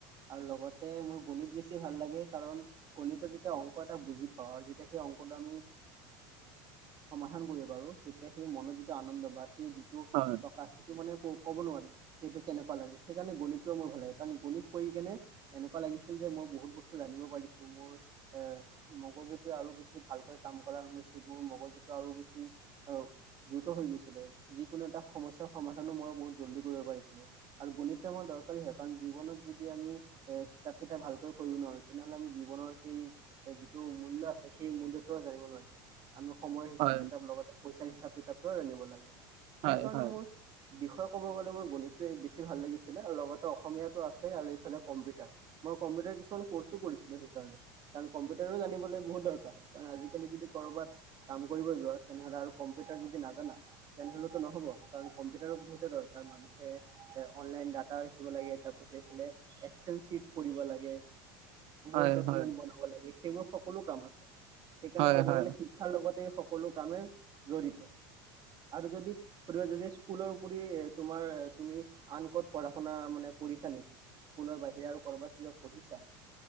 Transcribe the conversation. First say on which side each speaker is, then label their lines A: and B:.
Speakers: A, on the right; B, on the right.
A: আৰু লগতে মোৰ গণিত বেছি ভাল লাগে কাৰণ গণিতত যেতিয়া যেতিয়া অংক এটা বুজি পাওঁ আৰু যেতিয়া সেই অংকটো আমি সমাধান কৰিব পাৰোঁ, তেতিয়া সেই মনৰ যিটো আনন্দ বা সেই যিটো
B: হয়
A: প্ৰকাশ টো মানে ক'ব নোৱাৰি যে এইটো কেনেকুৱা লাগে। সেইকাৰণে গণিততোৱে মোৰ ভাল লাগে কাৰণ গণিত কৰি কেনে এনেকুৱা লাগিছিল যে মই বহুত বস্তু জানিব পাৰিছো, মোৰ এ মগজুটোৱে আৰু বেছি ভালকৈ কাম কৰা হৈছে, মোৰ মগজুটো আৰু বেছি অ দ্ৰুত হৈ গৈছিলে, যিকোনো এটা সমস্যাৰ সমাধানো মই বহুত জল্দি কৰিব পাৰিছিলো। আৰু গণিতটো আমাৰ দৰকাৰী হয় কাৰণ জীৱনত যদি আমি অ হিচাপ কেইটা ভালকৈ কৰিব নোৱাৰো, তেনেহ'লে আমি জীৱনৰ সেই যিটো মূল্য আছে সেই মূল্যটোও জানিব নোৱাৰিম। আমি সময়ৰ হিচাপ
B: হয়,
A: কিতাপ লগতে পইচাৰ হিচাপ কিতাপটো জানিব লাগে।
B: হয়,
A: সেইকাৰণে
B: হয়,
A: মোৰ বিষয়ে ক'ব গ'লে মোৰ গণিতটোয়েই বেছি ভাল লাগিছিলে আৰু লগতে অসমীয়াটো আছেই আৰু এইফালে কম্পিউটাৰ। মই কম্পিউটাৰ কিছুমান কৰ্চো কৰিছিলোঁ সেইকাৰণে। কাৰণ কম্পিউটাৰো জানিবলৈ বহুত দৰকাৰ, কাৰণ আজিকালি যদি কৰ'বাত কাম কৰিব যোৱা তেনেহ'লে আৰু কম্পিউটাৰ যদি নাজানা তেনেহলেতো নহব কাৰণ কম্পিউটাৰো বহুতে দৰকাৰ, মানুহে এ অনলাইন ডাটা ৰাখিব লাগে, তাৰপাছত এইফালে এক্সেল চিট কৰিব লাগে। ৱৰ্ড
B: হয়,
A: ডকুমেণ্ট
B: হয়,
A: বনাব লাগে সেইবোৰ সকলো কাম আছে। সেইকাৰণে
B: হয়,
A: ক'বলৈ
B: হয়।
A: গলে পঢ়াৰ লগতে এই সকলো কামে জড়িত। আৰু যদি <unintelligible> স্কুলৰ উপৰিও তোমাৰ তুমি আন ক'ত পঢ়া শুনা মানে কৰিছা নেকি স্কুলৰ বাহিৰে আৰু কৰ'বাত কিবা পঢ়িছা?